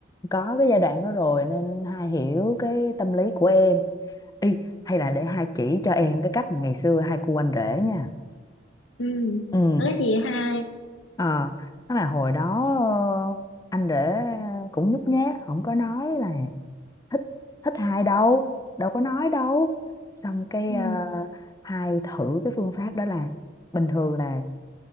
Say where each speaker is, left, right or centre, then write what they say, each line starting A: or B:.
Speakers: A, on the left (about 20°); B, on the left (about 90°).
A: có cái giai đoạn đó rồi nên hai hiểu cái tâm lý của em. Ý, hay là để hai chỉ cho em cái cách mà ngày xưa hai cu anh rể nha.
B: ừ
A: ừ
B: đó là gì hai
A: Ờ, đó là hồi đó ờ, anh rể cũng nhút nhát, không có nói là thích thích hai đâu, đâu có nói đâu. Xong cái
B: Ừ.
A: ờ, hai thử cái phương pháp đó là bình thường là